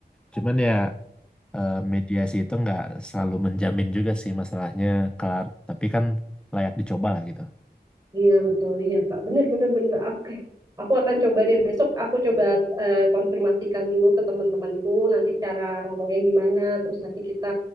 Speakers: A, in the centre; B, on the right (about 25°).
A: Cuman ya eh, mediasi itu nggak selalu menjamin juga sih masalahnya kelar. Tapi kan layak dicoba lah gitu.
B: Iya betul, iya Kak. Bener bener bener. Oke, aku akan coba deh besok. Aku coba eh, konfirmasikan dulu ke teman-temanku nanti cara ngomongnya gimana. Terus nanti kita